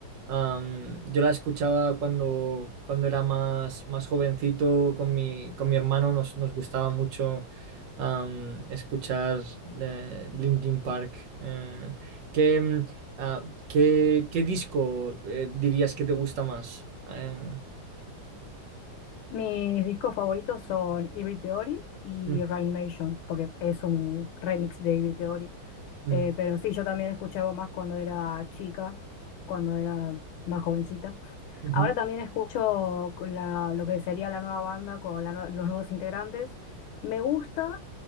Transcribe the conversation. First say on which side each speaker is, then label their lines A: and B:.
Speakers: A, on the right (about 70°); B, on the left (about 85°).
A: Am, yo la escuchaba cuando, cuando era más, más jovencito con mi, con mi hermano, nos, nos gustaba mucho am, escuchar eh, Linkin Park. Eh, ¿qué, mm, ah, qué, qué disco eh, dirías que te gusta más? Eh,
B: Mis discos favoritos son Hybrid Theory y
A: mm,
B: Reanimation, porque es un remix de Hybrid Theory.
A: mm,
B: Eh, pero sí, yo también escuchaba más cuando era chica, cuando era más jovencita.
A: ujú,
B: Ahora también escucho la- lo que sería la nueva banda con la nue- los nuevos integrantes. Me gusta,